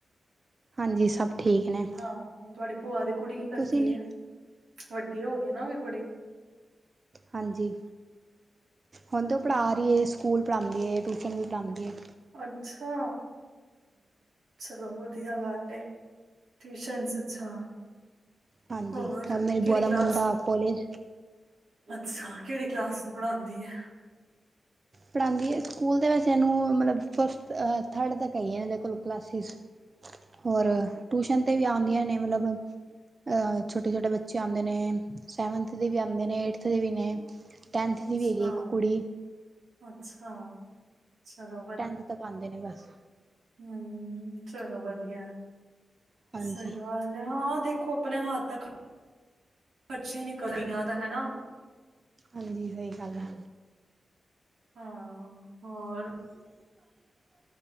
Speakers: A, on the right (about 30°); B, on the right (about 80°).
A: ਹਾਂਜੀ ਸਭ ਠੀਕ ਨੇ
B: ਹਾਂ, ਤੁਹਾਡੀ ਭੂਆ ਦੀ ਕੁੜੀ ਕੀ ਕਰਦੀ
A: ਤੁਸੀਂ ਨੀ
B: ਏ ਵੱਡੀ ਹੋ ਗਈ ਨਾ, ਉਹ ਵੀ ਬੜੇ
A: ਹਾਂਜੀ। ਹੁਣ ਤ ਉਹ ਪੜ੍ਹਾ ਰਹੀ ਏ, ਸਕੂਲ ਪੜਾਉਂਦੀ ਏ, ਟਿਊਸ਼ਨ ਵੀ ਪੜਾਉਂਦੀ ਏ।
B: ਅੱਛਾ! ਚਲੋ ਵਧੀਆ ਗੱਲ ਏ, ਟਿਊਸ਼ਨਸ ਅੱਛਾ
A: ਹਾਂਜੀ,
B: ਹੋਰ
A: ਓਰ ਮੇਰੀ
B: ਕਿਹੜੀ
A: ਬੁਆ ਦਾ
B: ਕਲਾਸ
A: ਮੁੰਡਾ ਕੋਲੇਜ
B: ਅੱਛਾ, ਕਿਹੜੀ ਕਲਾਸ'ਚ ਪੜ੍ਹਾਂਦੀ ਹੈ?
A: ਪੜ੍ਹਾਂਦੀ ਏ, ਸਕੂਲ ਦੇ ਵਿੱਚ ਇਨੂੰ ਮਤਲਬ ਫਸਟ ਅਂ ਥਰਡ ਤੱਕ ਆਈਆ ਹੈ ਇਦੇ ਕੋਲ ਕਲਾਸੀਸ, ਔਰ ਟਿਊਸ਼ਨ ਤੇ ਵੀ ਆਂਦੀਆਂ ਨੇ ਨੇ ਮਤਲਬ, ਅ ਛੋਟੇ-ਛੋਟੇ ਬੱਚੇ ਆਂਦੇ ਨੇ, ਸੈਵੰਥ ਦੇ ਵੀ ਆਂਦੇ ਨੇ, ਏਟਥ ਦੇ ਵੀ ਨੇ, ਟੈੰਥ
B: ਅੱਛਾ
A: ਦੀ ਵੀ ਹੇਗੀ, ਇੱਕ ਕੁੜੀ।
B: ਅੱਛਾ! ਚਲੋ
A: ਟੈਂਥ ਤਕ ਆਂਦੇ ਨੇ, ਬਸ।
B: ਹੂੰ, ਚਲੋ ਵਧੀਆ।
A: ਹਾਂਜੀ
B: ਸਹੀ ਗੱਲ ਆ, ਹਾਂ ਦੇਖੋ ਆਪਣੇ ਹੱਥ ਤੱਕ ਖਰਚਾ ਹੀ ਨਿਕਲ ਰਹੀਆਂ ਦਾ ਹੈਨਾ।
A: ਹਾਂਜੀ, ਸਹੀ ਗੱਲ ਆ।
B: ਹਾਂ। ਹੋਰ